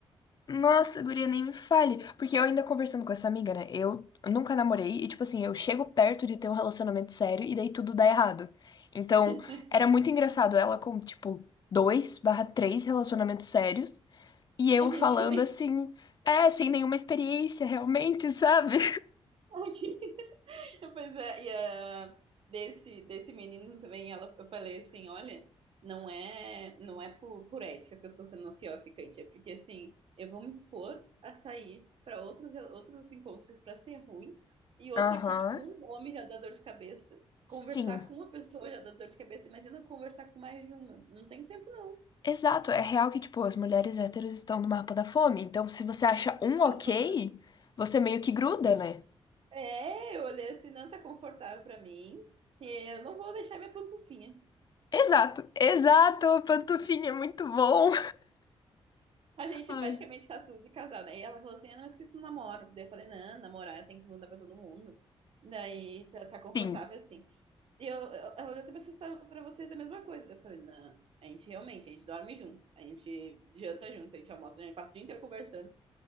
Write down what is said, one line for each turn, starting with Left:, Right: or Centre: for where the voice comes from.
Left: Nossa, guria, nem me fale. Porque eu ainda conversando com essa amiga, né? Eu nunca namorei e, tipo assim, eu chego perto de ter um relacionamento sério e daí tudo dá errado. Então,
Right: <laughs>
Left: era muito engraçado ela com, tipo, dois barra três relacionamentos sérios e eu
Right: a gente
Left: falando
Right: nem
Left: assim, é, sem nenhuma experiência realmente, <laughs> sabe?
Right: tá aqui. <laughs> Pois é, e a, desse, desse menino também, ela, eu falei assim, olha, não é, não é por, por ética que eu tô sendo uma fiel ficante, é porque assim, eu vou me expor a sair para outros, outros encontros para ser ruim, e outra
Left: Aham.
Right: que, tipo, um homem já dá dor de cabeça. Conversar
Left: Sim.
Right: com uma pessoa já dá dor de cabeça. Imagina conversar com mais de uma. Não tem tempo, não.
Left: Exato. É real que, tipo, as mulheres héteros estão no mapa da fome. Então, se você acha um ok,
Right: <laughs>
Left: você meio que gruda, né?
Right: É, eu olhei assim, não tá confortável pra mim. E eu não vou deixar minha pantufinha.
Left: Exato, exato, pantufinha, é muito bom.
Right: A gente
Left: Ai.
Right: basicamente faz tudo de casal, né? E ela falou assim, ah, não, eu esqueci o namoro. Daí eu falei, não, namorar tem que mandar pra todo mundo. Daí tá tá confortável
Left: Sim,
Right: assim. E eu, eu, ela olhou assim, vocês pra vocês é a mesma coisa. Daí eu falei, não, a gente realmente, a gente dorme junto, a gente janta junto, a gente almoça, junto, a gente passa o dia inteiro conversando.